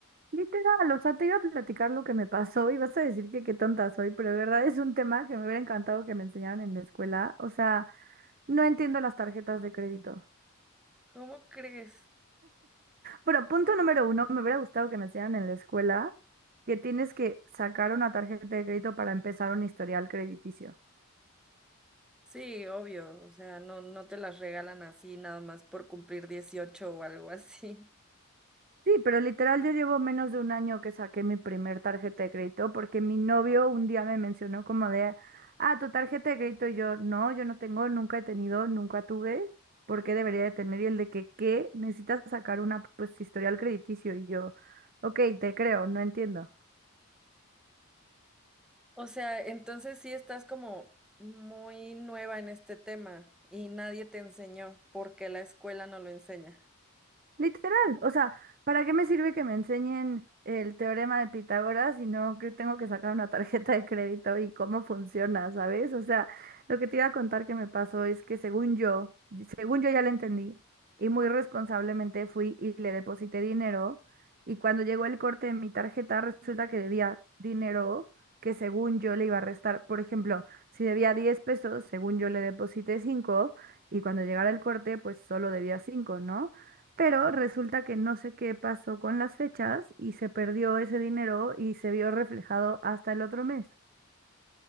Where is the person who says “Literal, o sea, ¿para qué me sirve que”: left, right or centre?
Right